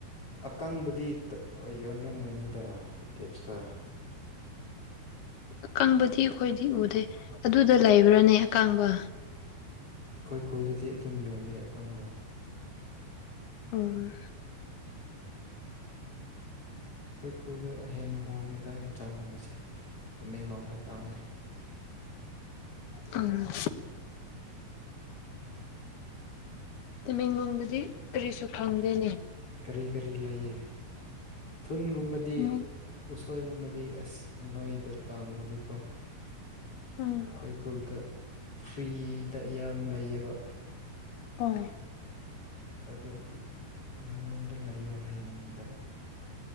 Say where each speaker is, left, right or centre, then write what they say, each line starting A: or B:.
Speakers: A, on the left (about 35°); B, on the left (about 70°).
A: ꯑꯀꯪꯕꯗꯤ ꯇ ꯌꯣꯟꯅꯔꯝꯒꯅꯤꯗ ꯄꯦꯛꯀꯦꯁꯇ
B: ꯑꯀꯪꯕꯗꯤ ꯑꯩꯈꯣꯏꯗꯤ ꯎꯗꯦ ꯑꯗꯨꯗ ꯂꯩꯕ꯭ꯔꯥꯅꯦ ꯑꯀꯪꯕ
A: ꯑꯩꯈꯣꯏ ꯈꯨꯜꯗꯗꯤ ꯑꯗꯨꯝ ꯌꯣꯜꯂꯦ ꯑꯀꯪꯕ
B: ꯎꯝ
A: ꯑꯩꯈꯣꯏ ꯈꯨꯜꯗ ꯍꯦꯟꯅ ꯍꯣꯡꯉꯦꯗ ꯌꯦꯟꯁꯥꯡꯒꯨꯝꯕꯁꯦ ꯇꯃꯦꯡꯂꯣꯡꯗ ꯇꯥꯡꯉꯦ
B: ꯎꯝ ꯇꯃꯦꯡꯂꯣꯡꯗꯗꯤ ꯀꯔꯤꯁꯨ ꯐꯪꯗꯦꯅꯦ
A: ꯀꯔꯤ ꯀꯔꯤ ꯂꯩꯌꯦ ꯊꯨꯟꯒꯨꯝꯕꯗꯤ
B: ꯎꯝ
A: ꯎꯁꯣꯏꯒꯨꯝꯕꯗꯤ ꯑꯁ ꯅꯣꯏꯗ ꯇꯥꯡꯕꯒꯤꯀꯣ
B: ꯎꯝ
A: ꯈꯣꯏ ꯈꯨꯜꯗ ꯐ꯭ꯔꯤꯗ ꯌꯥꯝ ꯂꯩꯌꯦꯕ
B: ꯍꯣꯏ
A: ꯑꯗꯨꯒꯤ ꯅꯪꯉꯣꯟꯗ ꯂꯩꯌꯣ ꯍꯥꯏꯅꯤꯡꯗꯕ